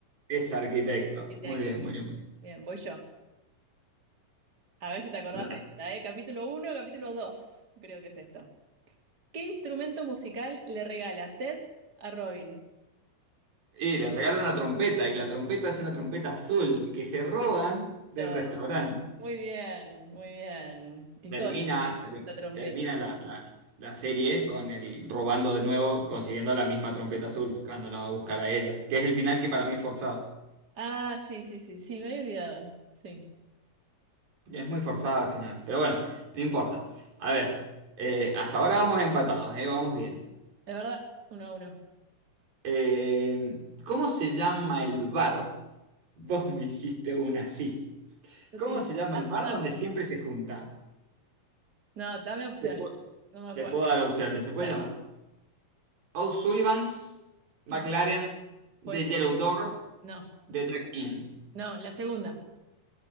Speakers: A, on the right; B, on the right.
A: Es arquitecto.
B: Arquitecto.
A: Muy bien, muy bien, muy bien.
B: Bien, voy yo. A ver si te acordás
A: Dale.
B: esta, ¿eh? Capítulo uno capítulo 2 creo que es esto. ¿Qué instrumento musical le regala Ted a Robin?
A: Y le regalan una trompeta, y la trompeta es una trompeta azul que se roban del
B: Perfecto.
A: restaurante.
B: Muy bien, muy bien. Icónica
A: Termina, ter-
B: la trompeta.
A: termina la, la- la serie con el robando de nuevo, consiguiendo la misma trompeta azul cuando la va a buscar a ella, que es el final que para mí es forzado.
B: Ah, sí, sí, sí, sí, me había olvidado. Sí,
A: Es muy forzado al final, pero bueno, no importa. A ver, eh, hasta ahora vamos empatados, eh, vamos bien.
B: es verdad, uno a uno.
A: Eh, ¿cómo se llama el bar? Vos me hiciste una así.
B: Yo
A: ¿Cómo
B: te dije,
A: se llama
B: "Ah,
A: el bar
B: verdad".
A: donde siempre se junta?
B: No, dame opciones.
A: Le puedo,
B: No me acuerdo.
A: le puedo dar opciones. Se puede
B: Dale.
A: llamar O'Sullivan's, McLaren's,
B: No, puede
A: The
B: ser.
A: Yellow Door
B: No,
A: de drag In.
B: no, la segunda.